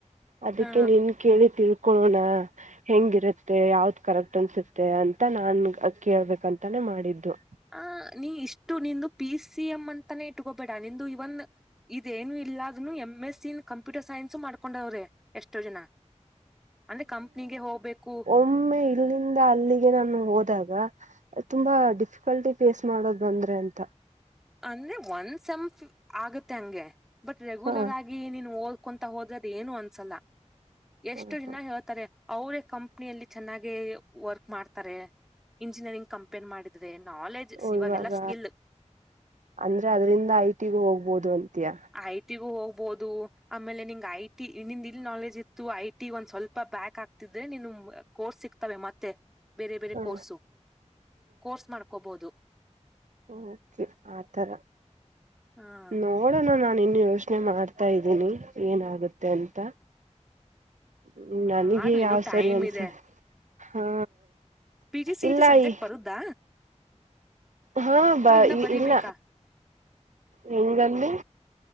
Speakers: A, on the right; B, in the centre.
A: ಅದಕ್ಕೆ
B: ಹಾ
A: ನೀನ್ ಕೇಳಿ ತಿಳ್ಕೊಳಣ ಹೆಂಗಿರುತ್ತೆ ಯಾವ್ದ್ ಕರೆಕ್ಟ್ ಅನ್ಸುತ್ತೆ ಅಂತ ನಾನ್ ಕೇಳ್ಬೇಕಂತಾನೆ ಮಾಡಿದ್ದು
B: ಆ ನೀ ಇಷ್ಟು ನಿಂದು ಪಿ ಸಿ ಎಂ್ ಅಂತಾನೇ ಇಟ್ಕೊಬೇಡ ನಿಂದು ಇವನ್ ಇದೇನು ಇಲ್ಲದ್ನು ಎಮ್ ಎಸ್ ಸಿನ್ ಕಂಪ್ಯೂಟರ್ ಸೈನ್ಸ್ ಮಾಡ್ಕೊಂಡವ್ರೆ ಎಷ್ಟೋ ಜನ ಅಂದ್ರೆ ಕಂಪ್ನಿಗೆ ಹೋಗ್ಬೇಕು
A: ಒಮ್ಮೆ ಇಲ್ಲಿಂದ ಅಲ್ಲಿಗೆ ನಾನು ಹೋದಾಗ ತುಂಬಾ ಡಿಫಿಕಲ್ಟಿ ಫೇಸ್ ಮಾಡೋದ್ ಬಂದ್ರೆ ಅಂತ
B: ಅಂದ್ರೆ ಒಂದ ಸಂಪ್ ಆಗತ್ತೆ ಹಂಗೆ ಬಟ್ ರೆಗ್ಯುಲರ್
A: ಹಾ
B: ಆಗಿ ನೀನ್ ಹ ಕುೊಂತ ಹೋದ್ರೆದ ಏನು ಅನ್ಸಲ್ಲ
A: ಹ
B: ಎಷ್ಟು ಜನ ಹೇಳ್ತಾರೆ ಅವರೇ ಕಂಪ್ನಿಯಲ್ಲಿ ಚೆನ್ನಾಗೆ ವರ್ಕ್ ಮಾಡ್ತಾರೆ ಇಂಜಿನಿಯರಿಂಗ್ ಕಂಪೇರ್ ಮಾಡಿದ್ರೆ ನಾಲೆಜ್
A: ಓ
B: ಇವಾಗೆಲ್ಲಾ
A: ಇವಾಗ
B: ಸ್ಕಿಲ್
A: ಅಂದ್ರೆ ಅದ್ರಿಂದ ಐ ಟಿ ಗು ಹೋಗ್ಬೋದು ಅಂತಿಯಾ
B: ಐ ಟಿಗು ಹೋಗ್ಬಹದು ಆಮೇಲೆ ನಿನ್ಂಗ್ ಐ ಟಿ ನಿಂದ ಇಲ್ ನಾಲೆಜ್ ಇತ್ತು ಐ ಟಿ ಒಂದ್ ಸ್ವಲ್ಪ ಬ್ಯಾಕ್ ಆಗ್ತಿದ್ರೆ ನೀನು ಕೋರ್ಸ್ ಸಿಗ್ತವೆ ಮತ್ತೆ ಬೇರೆ ಬೇರೆ
A: ಹಾ
B: ಕೋರ್ಸು ಕೋರ್ಸ್ ಮಾಡ್ಕೋಬಹುದು
A: ಹೂ ಆತರ
B: ಹ
A: ನೋಡ್ ನೋಡೋಣ ನಾನ್ ಇನ್ ಯೋಚನೆ ಮಾಡ್ತಾ ಇದ್ದೀನಿ ಏನಾಗುತ್ತೆ ಅಂತ ್ಮ ನನಗೆ
B: ಮಾಡು ಇನ್ನು
A: ಯಾವ ಸರಿ
B: ಟೈಮ್
A: ಅನ್ಸ
B: ಇದೆ
A: ಹಾ
B: ಪಿ ಜಿ ಸಿ
A: ಇಲ್ಲ
B: ಟಿ ಸಬ್ಜೆಕ್ಟ್
A: ಈ
B: ಬರೋದ
A: ಹಾ ಬ
B: ಇನ್ನ ಬರಿಬೇಕಾ
A: ಇಲ್ಲ ಹೆಂಗ್ ಅಂದೆ